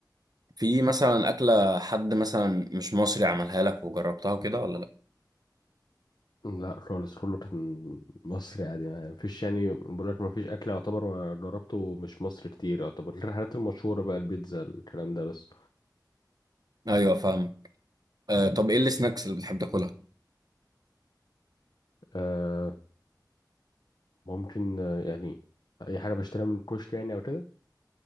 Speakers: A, on the right; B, on the left.
A: في مثلا أكلة حد مثلا مش مصري عملها لك وجربتها وكده ولا لأ؟
B: لا خالص كله كان مصري عادي يعني مفيش يعني بقول لك مفيش اكل يعتبر ما جربته مش مصري كتير يعتبر غير الحاجات المشهوره بقى البيتزا الكلام ده بس
A: أيوه فاهم آه طب إيه السناكس اللي بتحب تاكلها؟
B: آه ممكن آه يعني اي حاجه بشتريها من الكشك يعني او كده